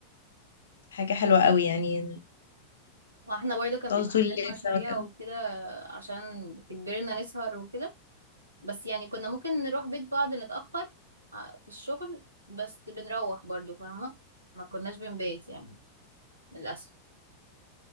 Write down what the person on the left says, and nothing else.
وحاجة حلوة قوي يعني
تقعدوا
طول
الليل
سوا كده